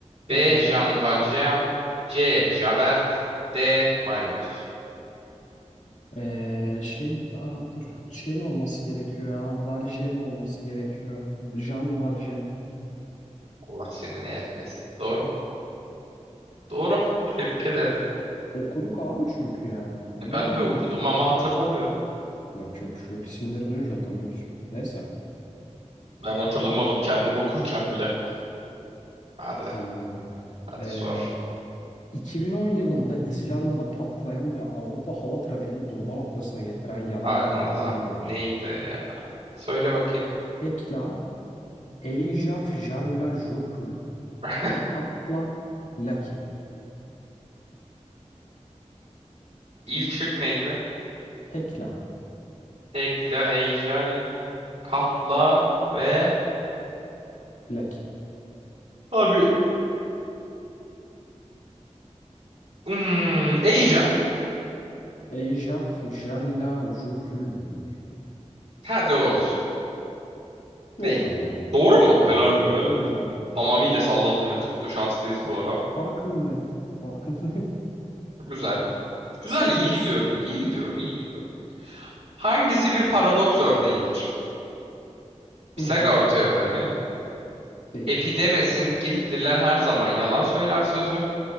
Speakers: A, on the right; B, on the left.
A: B.
B: Aha.
A: Jean Valjean C. Javert D. Marius
B: Ee, şeyin aa, dur şeyin olması gerekiyor ya Valjean'in olması gerekiyor Jean Valjean
A: Allah seni ne etmesin. Doğru. Doğru. Tebrik ederim.
B: okuduk abi çünkü yani ondan
A: E, Ben
B: mı
A: de okudum
B: oluyor
A: ama hatırlamıyorum.
B: yapacak bir şey yok İsimleri duyunca hatırlıyorsun neyse
A: Ben hatırlamadım kendim okurken bile. Hadi.
B: anlıyorum
A: Hadi
B: Ee,
A: sor.
B: 2010 yılında İzlanda'da patlayan ve Avrupa hava trafiğini durma noktasına getiren yanardağın
A: Aa Narda.
B: adı nedir?
A: Neydi ya? Söyle bakayım.
B: Hekla, Eyjafjallajökull,
A: <laughs>
B: Katla, Laki.
A: İlk şık neydi?
B: Hekla,
A: Hekla, Ejel, Katla ve...
B: Laki.
A: Abi. Hmm, Eyca.
B: Eyjafjallajökull mü diyor?
A: Hadi olsun.
B: Doğru
A: Değil.
B: cevap.
A: Doğru mu?
B: Doğru
A: Helal
B: cevap.
A: be.
B: Doğru cevap.
A: Tamamıyla salladım ve tuttu. Şanslıyız
B: Öf,
A: bu ara.
B: farkındayım. Farkındayım.
A: Güzel. Güzel,
B: <laughs> Sendeyiz.
A: iyi gidiyorum. İyi gidiyorum, iyi gidiyorum. Hangisi bir paradoks örneğidir? Pisagor
B: Hı hı.
A: teoremi,
B: Değil.
A: Epidemes'in Giritliler her zaman yalan söyler sözü,